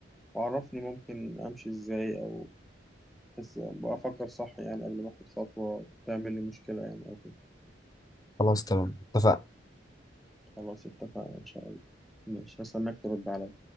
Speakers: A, in the centre; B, on the left.
A: وعرفني ممكن أمشي إزاي أو بحس بقى أفكر صح يعني قبل ما أخد خطوة تعمل لي مشكلة يعني أو كده
B: خلاص تمام اتفقنا
A: خلاص اتفقنا إن شاء الله ماشي هستناك ترد عليا